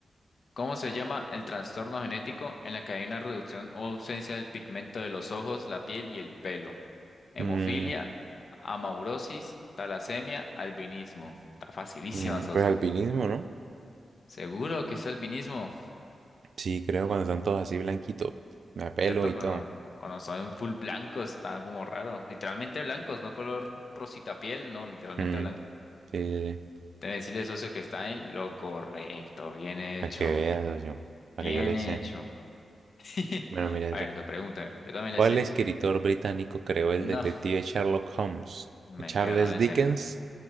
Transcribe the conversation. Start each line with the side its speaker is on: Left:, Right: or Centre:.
Left: ¿Cómo se llama el trastorno genético en la que hay una reducción o ausencia del pigmento de los ojos, la piel y el pelo? Hemofilia,
Right: Mm,
Left: amaurosis, talasemia, albinismo. Está facilísima,
Right: mm,
Left: socio.
Right: pues alpinismo, ¿no?
Left: ¿Seguro que es albinismo?
Right: Sí, creo cuando están todos así blanquitos. Me pelo
Left: ¿cierto?
Right: y
Left: Cuando,
Right: todo.
Left: cuando son full blancos, está como raro. Literalmente blancos, no color rosita piel, no, literalmente
Right: Mm,
Left: blanco.
Right: sí, sí, sí.
Left: Debe decirle, socio, que está en lo correcto. Bien hecho.
Right: Para que veas, socio. Para
Left: Bien
Right: que yo le
Left: hecho.
Right: sé.
Left: <laughs>
Right: Bueno, mira,
Left: A
Right: socio.
Left: ver, eso pregúntame. Yo también
Right: ¿Cuál
Left: le sé.
Right: escritor británico creó el
Left: No,
Right: detective Sherlock Holmes?
Left: mentira,
Right: ¿Charles
Left: no le
Right: Dickens,
Left: sé.